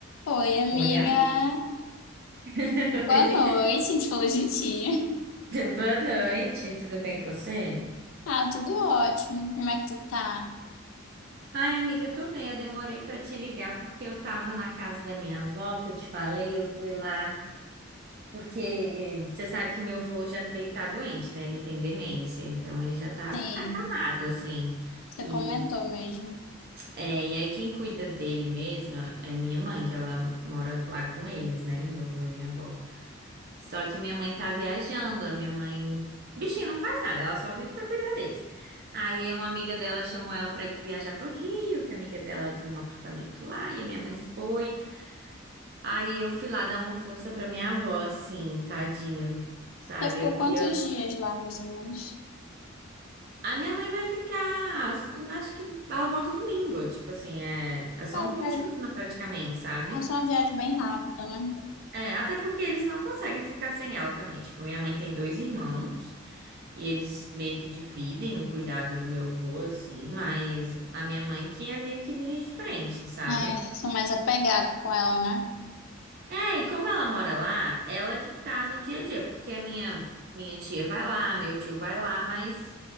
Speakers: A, on the left; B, on the right.
A: Oi, amiga.
B: Oi, amiga. <laughs>
A: Boa noite. A gente falou juntinho.
B: Boa noite, tudo bem com você?
A: Ah, tudo ótimo. Como é que tu tá?
B: Ai, amiga, eu tô bem. Eu demorei pra te ligar porque eu tava na casa da minha avó, que eu te falei, eu fui lá porque eh, você sabe que meu avô já ele tá doente, né? Ele tem demência, então ele já tá
A: Tem.
B: acamado assim.
A: Você
B: E
A: comentou mesmo.
B: é, e aí quem cuida dele mesma é minha mãe, que ela mora lá com eles, né? Meu avô e minha avó. Só que minha mãe tá viajando, a minha mãe. Bichinha não faz nada, ela só vive pra cuidar deles. Aí uma amiga dela chamou ela pra ir viajar pro Rio, que a amiga dela tem um apartamento lá, e a minha mãe foi. Aí eu fui lá dar uma força pra minha avó, assim, tadinha, sabe?
A: Você ficou
B: Eu-
A: quantos
B: E eu-
A: dias lá, mais ou menos?
B: a minha mãe vai ficar, acho que ela volta domingo, tipo assim, é, é só
A: A
B: um fim
A: viagem.
B: de semana praticamente, sabe?
A: Ah, só uma viagem bem rápida, né?
B: É, até porque eles não conseguem ficar sem ela também. Tipo, minha mãe tem dois irmãos. E eles meio que dividem o cuidado do meu avô, assim, mas a minha mãe que é meio que linha de frente, sabe?
A: É, sou mais apegado com ela, né?
B: É, e como ela mora lá, ela que tá no dia a dia, porque a minha, minha tia vai lá, meu tio vai lá, mas